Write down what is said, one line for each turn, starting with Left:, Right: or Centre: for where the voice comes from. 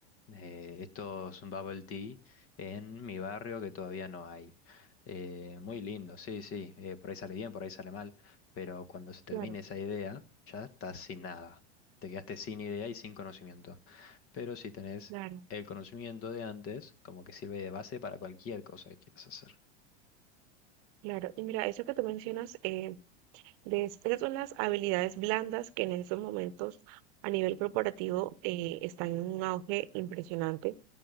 Left: eh, estos bubble tea en mi barrio que todavía no hay. Eh, muy lindo, sí, sí, eh, por ahí sale bien, por ahí sale mal, pero cuando se termine
Right: claro,
Left: esa idea, ya estás sin nada. Te quedaste sin idea y sin conocimiento. Pero si tenés
Right: claro, claro.
Left: el conocimiento de antes, como que sirve de base para cualquier cosa que quieras hacer.
Right: Claro, y mira, eso que tú mencionas, De es- esas son las habilidades blandas que en estos momentos a nivel corporativo eh, están en un auge impresionante,